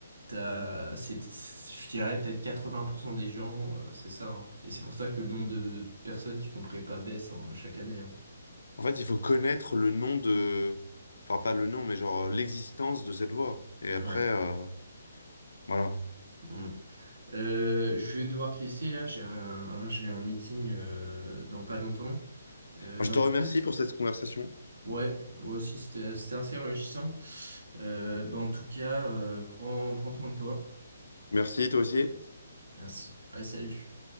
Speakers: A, on the right; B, on the left.
A: t'as, c'est, je dirais peut-être 80% des gens, euh, c'est ça. hein. Et c'est pour ça que le nombre de personnes qui font prépa baisse hein, chaque année. hein.
B: En fait, il faut connaître le nom de... Enfin, pas le nom, mais genre euh, l'existence de cette voix. Et après,
A: Ouais.
B: euh, voilà. Moi,
A: Mm. Euh, je vais devoir te laisser là, j'ai un, un- j'ai un meeting euh, dans pas longtemps. Euh,
B: je
A: mais
B: te
A: en tout
B: remercie
A: cas, c-
B: pour cette conversation.
A: ouais, moi aussi c'était c'était assez enrichissant. Euh, bah, en tout cas, euh, prends, prends soin de toi.
B: Merci, toi aussi.
A: Merci. Allez, salut.